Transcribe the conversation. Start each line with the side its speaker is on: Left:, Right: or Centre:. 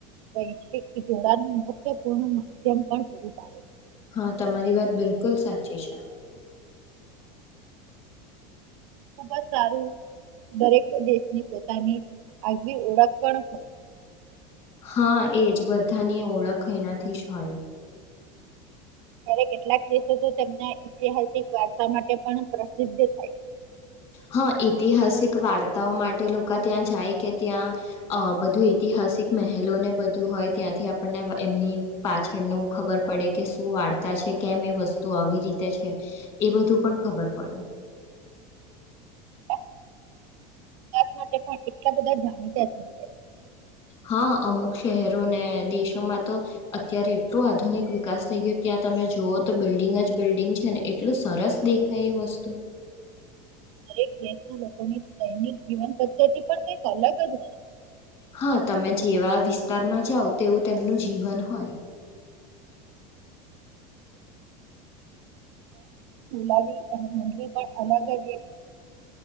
Right: વૈશ્વિક જોડાણ મહત્વપૂર્ણ માધ્યમ પણ પૂરું પાડે
Left: હા તમારી વાત બિલકુલ સાચી છે.
Right: ખુબ જ સારું દરેક દેશની પો પોતાની આગવી ઓળખ પણ હોય.
Left: હા એજ બધાની ઓળખ એનાથી જ હોય
Right: ત્યારે કેટલાક દેશો તો તેમના ઐતિહાસિક વાર્સા માટે પણ પ્રસિદ્ધ થાય છે.
Left: હા ઐતિહાસિક વાર્તાઓ માટે લોકો ત્યાં જાય કે ત્યાં અ બધું ઐતિહાસિક મહેલોને બધું હોય ત્યાંથી આપણને એમની પાછળનું ખબર પડે કે શું વાર્તા છે કેમ એ વસ્તુ આવી રીતે છે એ બધું પણ ખબર પડે
Right: છે. વિકાસ માટે એટલા બધા જાણીતા
Left: હા અમુક શહેરોને દેશોમાં તો અત્યારે એટલો આધુનિક વિકાસ થઈ ગયો ત્યાં તમે જોવો તો બિલ્ડિંગ જ બિલ્ડિંગ છે ને એટલું સરસ દેખાય એ વસ્તુ
Right: દરેક દેશના લોકોની દૈનિક જીવન પદ્ધતિથી પણ કઈક અલગ જ હોય
Left: હા તમે જેવા વિસ્તારમાં જાઓ તેવું તેમનું જીવન હોય
Right: બલાવી અને મંદી પણ અલગ